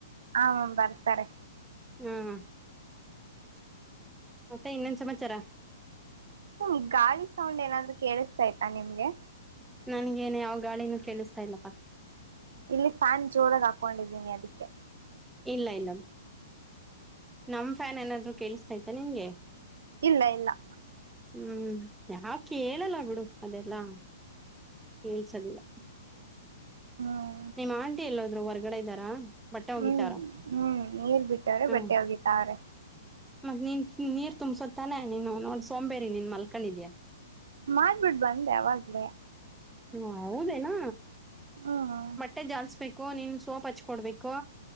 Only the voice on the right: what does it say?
ಹಾ, ಮಾ ಬರ್ತಾರೆ.
ಹ್ಮ್, ಗಾಳಿ ಸೌಂಡ್ ಏನಾದ್ರೂ ಕೇಳಿಸ್ತಾ ಆಯ್ತ ನಿಮ್ಗೆ,
ಇಲ್ಲಿ ಫ್ಯಾನ್ ಜೋರಾಗಿ ಹಾಕೊಂಡಿದ್ದೀನಿ ಅದಕ್ಕೆ.
ಇಲ್ಲ, ಇಲ್ಲಾ -
ಹ್ಮ್
ಹ್ಮ್ ಹ್ಮ್ ನೀರ್ ಬಿಟ್ಟವ್ರೆ
ಬಟ್ಟೆ ಒಗಿತಾವ್ರೆ
ಮಾಡ್ಬಿಟ್ಟ ಬಂದೆ ಅವಾವಾಗ್ಲೇ.
ಹ್ಮ್